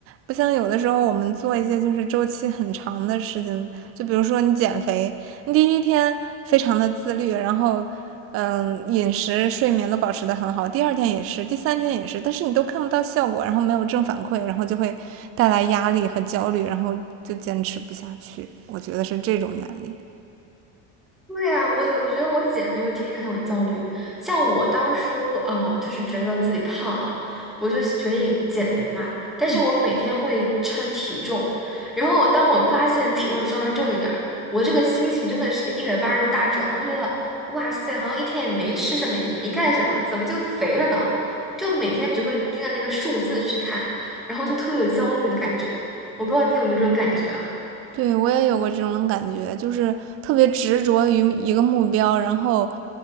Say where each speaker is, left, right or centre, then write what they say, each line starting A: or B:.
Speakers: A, on the right; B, in the centre.
A: 不像有的时候我们做一些就是周期很长的事情，就比如说你减肥，你第一天非常的自律，然后嗯饮食、睡眠都保持得很好，第二天也是，第三天也是，但是你都看不到效果，然后没有正反馈，然后就会带来压力和焦虑，然后就坚持不下去。我觉得是这种原理。
B: 对呀，我我觉得我减肥就天天很有焦虑。像我当初呃，就是觉得自己胖了，我就决定减肥嘛。但是我每天会称体重，
A: 嗯，
B: 然后当我发现体重稍微重一点儿，我这个心情真的是一百八十度大转。我就觉得哇塞，好像一天也没吃什么，也没干什么，怎么就肥了呢？就每天只会盯着那个数字去看，然后就特别有焦虑的感觉。我不知道你有没有这种感觉啊？
A: 对，我也有过这种感觉，就是特别执着于一个目标，然后